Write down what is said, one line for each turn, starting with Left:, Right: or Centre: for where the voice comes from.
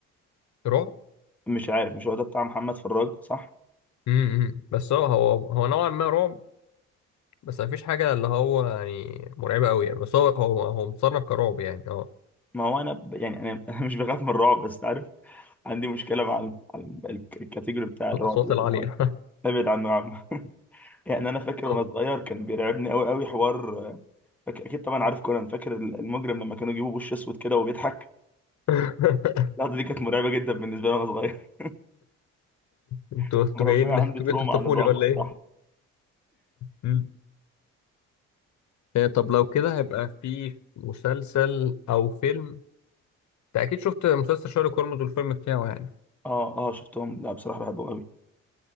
Left: رعب
Centre: مش عارف مش هو ده بتاع محمد فراج صح؟
Left: مم. مم. بس هو هو هو نوعا ما رعب بس مفيش حاجة اللي هو يعني مرعبة أوي يعني بس هو هو هو متصنف كرعب يعني اه
Centre: ما هو انا ب- يعني انا <laughs> انا مش بخاف من الرعب بس عارف عندي مشكله مع ال- على ال- الكاتيجوري بتاع الرعب
Left: الأصوات
Centre: ده
Left: العالية
Centre: يعني ابعد عنه يا عم <laughs> يعني انا فاكر
Left: <laughs>
Centre: وانا
Left: أوه.
Centre: صغير كان بيرعبني قوي قوي حوار فاك- اكيد طبعا عارف كونان فاكر ال- المجرم لما كانوا يجيبوا وش اسود كده وبيضحك
Left: <laughs>
Centre: اللحظه دي كانت مرعبه جدا بالنسبه لي وانا صغير
Left: انتوا
Centre: <laughs>
Left: انتوا
Centre: مربيه
Left: جايين
Centre: عندي
Left: انتوا
Centre: تروما
Left: جايين تخطفوني
Centre: عن الرعب
Left: ولا
Centre: بصراحه
Left: ايه؟ مم. إيه طب لو كده هيبقى في مسلسل او فيلم انت اكيد شفت مسلسل شارلوك هولمز والفيلم بتاعه يعني
Centre: اه اه شفتهم لا بصراحه بحبهم قوي